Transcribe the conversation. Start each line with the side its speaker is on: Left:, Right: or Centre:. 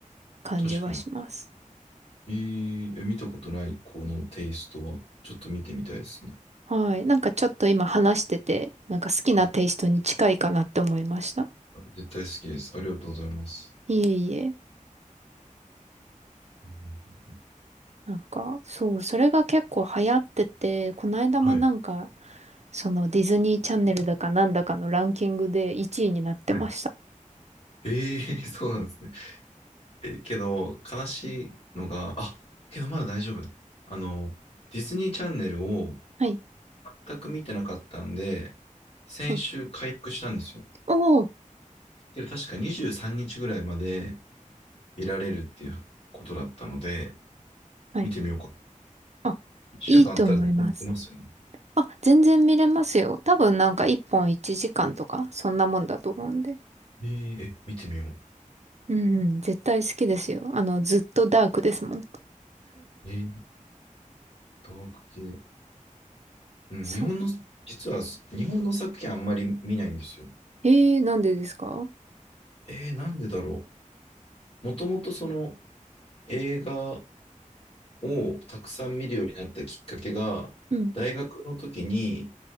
Right: 感じはします。
Left: 確かに。えー、え見たことないこのテイストは、ちょっと見てみたいですね。
Right: はい。なんかちょっと今話してて、なんか好きなテイストに近いかなって思いました。
Left: あ絶対好きです。ありがとうございます。
Right: いえいえ。
Left: うんうんうんうん
Right: なんか、そう、それが結構流行ってて、この間もなんか、
Left: はい。
Right: そのディズニーチャンネルだかなんだかのランキングで1位になってました。
Left: はい。えー、<laughs> そうなんですね。え、けど、悲しいのが、あ、けどまだ大丈夫だ。あの、ディズニーチャンネルを
Right: はい。
Left: 全く見てなかったんで、先週解約したんですよ。
Right: はい。おお。
Left: けど確か23日ぐらいまで見られるっていうことだったので、
Right: はい。
Left: 見てみようか。
Right: あ、
Left: 一週間あったら全然見てますよね。
Right: いいと思います。あ、全然見れますよ。多分なんか1本1時間とか、そんなもんだと思うんで。
Left: えーえ、見てみよう。
Right: うんうん、絶対好きですよ。あの、ずっとダークですもん。
Left: えー、ダーク系。うん、
Right: そう。
Left: 日本の、実は日本の作品あんまり見ないんですよ。
Right: えー、なんでですか
Left: えー、なんでだろう。もともとその映画をたくさん見るようになったきっかけが、
Right: うん。
Left: 大学の時に